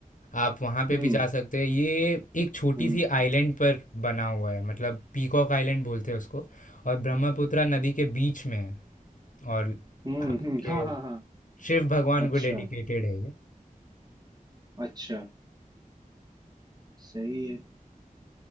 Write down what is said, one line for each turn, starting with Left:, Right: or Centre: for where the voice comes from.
Left: आप वहाँ पे
Right: हम्म
Left: भी जा सकते हैं ये एक छोटी
Right: हम्म
Left: सी आइलैंड पर बना हुआ है मतलब पीकॉक आइलैंड बोलते हैं उसको और ब्रह्मपुत्रा नदी के बीच में है और
Right: हम्म
Left: आपके
Right: हम्म, हाँ हाँ हाँ
Left: शिव भगवान
Right: अच्छा
Left: को डेडिकेटेड है ये
Right: अच्छा सही है